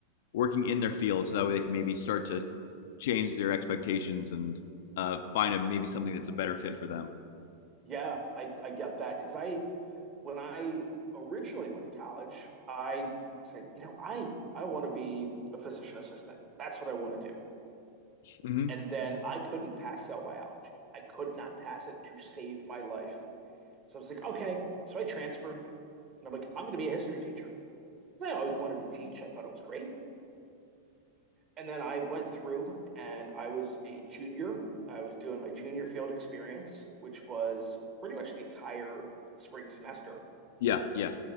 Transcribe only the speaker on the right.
yeah, I I get that because I when I originally went to college, I said, you know, I I want to be a physician assistant. That's what I want to do.
And then I couldn't pass cell biology. I could not pass it to save my life. So I was like, okay. So I transferred and I'm like, I'm going to be a history teacher. So I always wanted to teach. I thought it was great. And then I went through and I was a junior. I was doing my junior field experience, which was pretty much the entire spring semester.